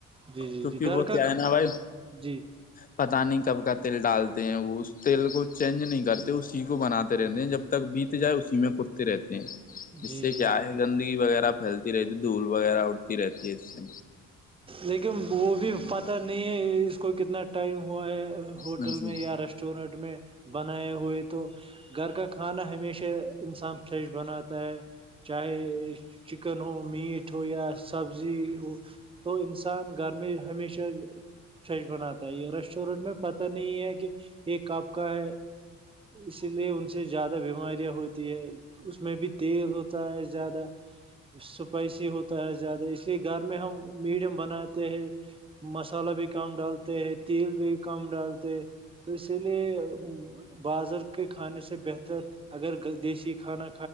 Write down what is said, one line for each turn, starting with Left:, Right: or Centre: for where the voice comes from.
Right: جی جی
Left: توک
Right: جی گھر
Left: وہ
Right: کا
Left: کیا ہے
Right: کھان
Left: نا بھائی
Right: جی
Left: پتہ نہیں کب کا تیل ڈالتے ہیں وہ اس تیل کو چینج نہیں کرتے اسی کو بناتے رہتے ہیں جب تک بیت جائے اسی میں کرتے رہتے ہیں
Right: جی
Left: اس سے
Right: جی
Left: کیا
Right: جی
Left: ہے گندگی وغیرہ پھیلتی رہتی ہے دھول وغیرہ اڑتی رہتی ہے اس سے
Right: لیکن وہ بھی پتہ نہیں ہے اس کو کتنا ٹائم ہوا ہے ہوٹل
Left: ہاں جی
Right: میں یا ریسٹورینٹ میں بنائے ہوئے تو گھر کا کھانا ہمیشہ انسان فریش بناتا ہے چاہے چکن ہو میٹ ہو یا سبزی ہو تو انسان گرمی ہمیشہ فریش بناتا ہے یہ ریسٹورینٹ میں پتہ نہیں ہے کہ ایک آپ کا ہے اسی لیے ان سے زیادہ بیماریاں ہوتی ہے اس میں بھی تیل ہوتا ہے زیادہ سپائسی ہوتا ہے زیادہ اس لیے گھر میں ہم میڈیم بناتے ہیں مسالحہ بھی کم ڈالتے ہے تیل بھی کم ڈالتے ہے تو اسی لیے بازر کے کھانے سے بہتر اگر دیسی کھانا